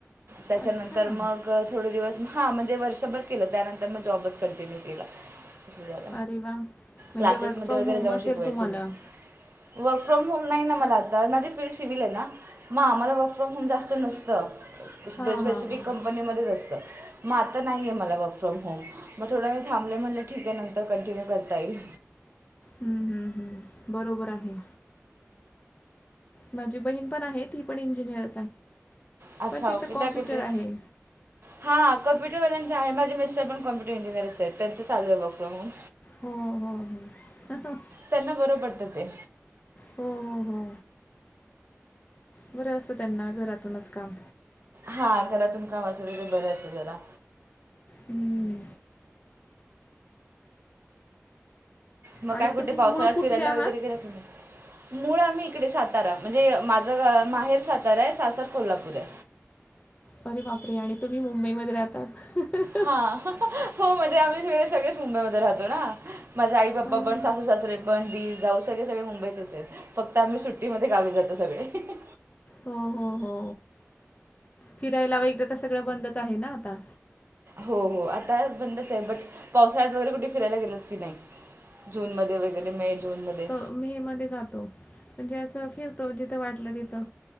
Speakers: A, on the right; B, on the left.
A: त्याच्यानंतर
B: अच्छा
A: मग थोडे दिवस म हां म्हणजे वर्षभर केलं त्यानंतर म जॉबच कंटिन्यूव केला अस झालं.
B: अरे वा म्हणजे
A: क्लासेसमध्ये
B: वर्क फ्रॉम
A: वगैरे
B: होम
A: जाऊन
B: असेल
A: शिकवायचे
B: तुम्हाला.
A: मी वर्क फ्रॉम होम नाही ना मला आता माझे फिल्ड सिव्हल आहे ना मग आम्हाला वर्क फ्रॉम होम जास्त नसतं स्पेस
B: हां
A: स्पेसिफिक
B: हां हां
A: कंपनीमध्येच असतं. मग आता नाहीये मला वर्क फ्रॉम होम मग थोडं वेळ थांबले म्हटले ठीक आहे नंतर कंटिन्यूव करता येईल.
B: हम्म हम्म हम बरोबर आहे. माझी बहीण पण आहे ती पण इंजिनिअर
A: अच्छा
B: पण तिचं
A: ओके
B: कॉम्प्युटर
A: त्या कुठे आहेत?
B: आहे.
A: हां कम्पुटरवाल्यांच आहे माझे मिस्टर पण कम्प्युटर इंजिनिअरच आहेत, त्यांच चालू आहे वर्क फॉर्म होम.
B: हो हो हो हं हं.
A: त्यांना बरं पडतं ते.
B: हो हो हो. बरं असं त्यांना घरातूनच काम
A: हा घरातूनच काम असेल तर बरं असतं जरा
B: हं.
A: मग
B: आणि
A: काय कुठे
B: तुम्ही
A: पावसाळ्यात
B: मूळ कुठले
A: फिरायला
B: आहात
A: वगैरे गेलात कि नाई? मूळ आम्ही इकडे सातारा म्हणजे माझं माहेर साताराय सासर कोल्हापूर ये.
B: अरे बापरे आणि तुम्ही मुंबईमध्ये राहतात ह ह.
A: हा हं हं हो म्हणजे आम्ही सगळे सगळेच मुंबईमध्ये राहतो ना. माझे आई बाबा
B: हो
A: पण सासू सासरे पण दिर जाऊ सगळे सगळे मुंबईतच आहेत फक्त आम्ही सुट्टीमध्ये गावी जातो सगळे अ हं हं.
B: हो हो हो फिरायला वैगेरे सगळं बंदच आहे ना आता.
A: हो हो आता बंदच आहे बट पावसाळ्यात वगैरे कुठे फिरायला गेलात की नाही? जूनमध्ये वगैरे मे जून मध्ये
B: मे मध्ये जातो म्हणजे असं फिरतो जिथं वाटलं तिथं.